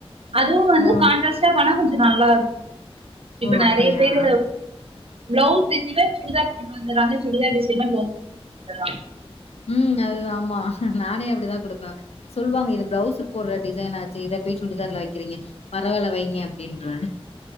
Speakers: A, on the right (about 65°); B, on the left (about 80°).
A: அதுவு வந்து
B: ஓ
A: கான்ட்ரஸ்ட்டா பண்ணா கொஞ்சோ நல்லா இருக்கு இப்ப
B: ஓ
A: நெறைய
B: அப்டியா
A: பேரு ப்ளவுஸ் <unintelligible> சுடிதாரு கொண்டுவந்தர்ராங்க சுடிதார் டிசைன்மரி ப்ளவுஸ் <inaudible> ந்தர்ராங்
B: ம் அதுதா ஆமா நானே அப்படிதா குடுப்ப சொல்வாங்க இது ப்ளவுஸ் போடுற டிசைனாச்சே இத போய் சுடிதார்ல வைக்கிறீங்க பரவால வைங்க அப்படின்றுவ